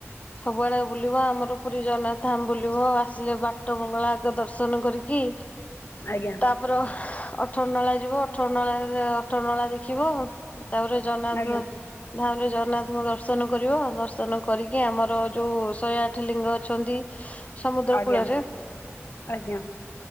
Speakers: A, on the left; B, on the left.
A: ସବୁଆଡ଼କୁ ବୁଲିବ ଆମର ପୁରୀ ଜଗନ୍ନାଥ ଧାମ ବୁଲିବ। ଆସିଲେ ବାଟ ମଙ୍ଗଳାଗ ଆଗେ ଦର୍ଶନ କରିକି
B: ଆଜ୍ଞା।
A: ତାପରେ ଅଠର ନଳା ଯିବ ଅଠର ନଳାରେ ଅଠର ନଳା ଦେଖିବ ଆ ତାପରେ ଜଗନ୍ନାଥ
B: ଆଜ୍ଞା
A: ଧାମ ରେ ଜଗନ୍ନାଥଙ୍କ ଦର୍ଶ ଦର୍ଶନ କରିବ ଦର୍ଶନ କରିକି ଆମର ଯୋଉ ଶହେ ଆଠ ଲିଙ୍ଗ ଅଛନ୍ତି ସମୁଦ୍ର
B: ଆଜ୍ଞା
A: କୂଳରେ
B: ଆଜ୍ଞା